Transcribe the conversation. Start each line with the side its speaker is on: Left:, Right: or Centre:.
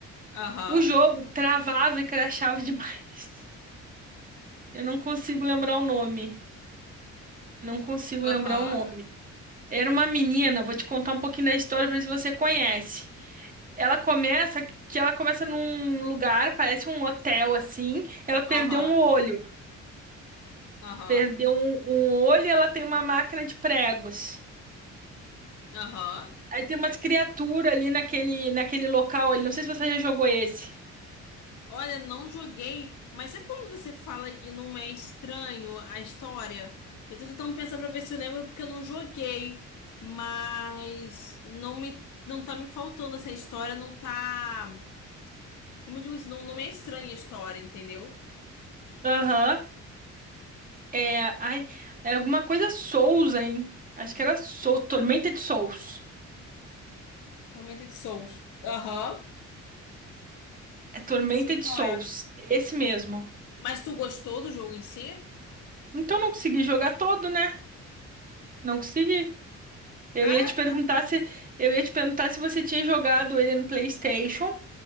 Left: Aham,
Right: O jogo travava e crashava <laughs> demais. Eu não consigo lembrar o nome. Não consigo
Left: aham,
Right: lembrar o nome. Era uma menina, vou te contar um pouquinho da história pra ver se você conhece. Ela começa que ela começa num lugar, parece um hotel assim. Ela perdeu
Left: aham,
Right: um olho.
Left: aham,
Right: Perdeu um, um olho, e ela tem uma máquina de pregos.
Left: aham.
Right: Aí tem umas criaturas ali naquele naquele local ali. Não sei se você já jogou esse.
Left: Olha, não joguei, mas sempre quando você fala e não é estranho a história, eu tô tentando pensar pra ver se eu lembro, porque eu não joguei. Mas não me, não tá me faltando essa história, não tá. Como eu digo, isso não, não me é estranha a história, entendeu?
Right: Aham. É, ai, era alguma coisa Souls, hein? Acho que era Souls, Tormenta de Souls.
Left: Tormented de Souls. Aham.
Right: É Tormenta
Left: Sei
Right: de
Left: qual
Right: Souls,
Left: é.
Right: esse mesmo.
Left: Mas tu gostou do jogo em si?
Right: Então não consegui jogar todo, né? Não consegui. Eu
Left: Cara,
Right: ia te perguntar se eu ia te perguntar se você tinha jogado ele no PlayStation